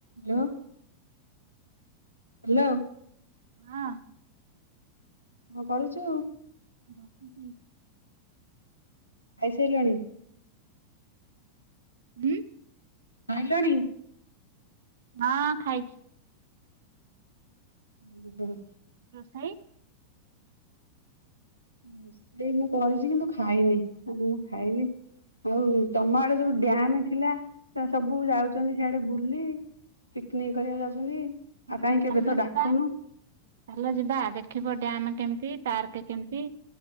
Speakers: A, on the left (about 90°); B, on the right (about 60°).
A: Hello hello
B: ହଁ
A: କଣ କରୁଛୁ?
B: ବାସିଛି।
A: ଖାଇସାଇ ଲୁଣି
B: ହଁ
A: ଖାଇଲଣି
B: ହଁ ଖାଇଛି।
A: ହୁଁ ହୁଁ
B: ଖାଇ
A: ରୋଷେଇ ମୁଁ କରିଛି କିନ୍ତୁ ଖାଇନି ଖାଇବି ଆଉ ତମ ଆଡ ଯୋଉ ଡ୍ୟାମ ଥିଲା ସବୁ ଯାଉଛନ୍ତି ସିଆଡେ ବୁଲି ପିକନିକ କରିବାକୁ ଯାଉଛନ୍ତି।
B: ହୁଁ
A: ଆଉ କାହିଁ କେବେ
B: ଚାଲୁନା
A: ତ
B: ଯିବା
A: ଡାକୁନୁ।
B: ଚାଲ ଯିବା ଦେଖିବ ଡ୍ୟାମ କେମତି ପାର୍କ କେମିତି